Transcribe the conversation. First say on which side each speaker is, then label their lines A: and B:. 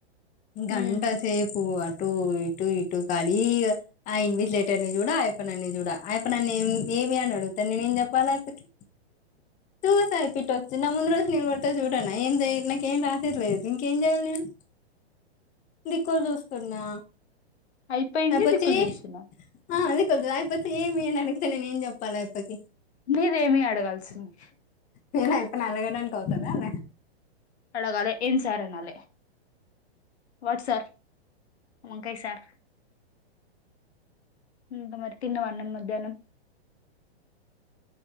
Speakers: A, on the left; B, on the left.
A: గంట
B: ఉమ్,
A: సేపు అటు ఇ టు ఇటు ఖాళీ గా ఆ ఇన్విట్లేటర్ ని చూడా అయప్ప నన్ను చూడ అయప్ప నన్ను ఏ ఏమి అని అడుగు అతన్ని నేను చెప్పాలా అయిప్పకి చూస అయిపోట్ వచ్చ నా ముందు రోజు నేన్ కొడ్తా చూడన్న ఏందే నాకేం రాసేట్లేదు ఇంకేం చెయ్యాలి నేను దిక్కుల్ చూస్తున్నా.
B: అయిపోయిందే
A: అయిపోచ్చి
B: దిక్కుల్ చేస్తున్న
A: ఆ అదే కదా అయిపోతే ఏమి అన్ అడిగితే నేనేం చెప్పాలె ఆ అప్పకి
B: నీదేమి అడగాల్సింది
A: నేను అయిపోయిన అలగడానిక్ అవుతదాలె
B: అడగాలె ఏం సార్ అన్ నాలె వాట్ సార్ వంకాయ్ సార్ ఇంక మరి తిన్నవా అన్నం మధ్యాహ్నం?